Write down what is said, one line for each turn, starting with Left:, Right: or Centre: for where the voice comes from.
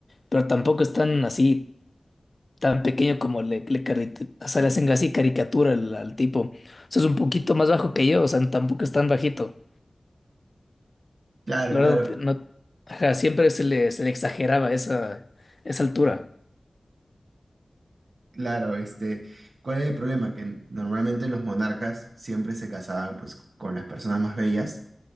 Left: pero tampoco es tan así, tan pequeño como le, le, cari- o sea, le hacen así caricatura al, al tipo. O sea, es un poquito más bajo que yo, o sea, tampoco es tan bajito.
Right: Claro,
Left: La verdad,
Right: claro.
Left: no, no- ajá, siempre se le, se le exageraba esa, esa altura.
Right: Claro, este, ¿cuál es el problema? Que normalmente los monarcas siempre se casaban pues con las personas más bellas,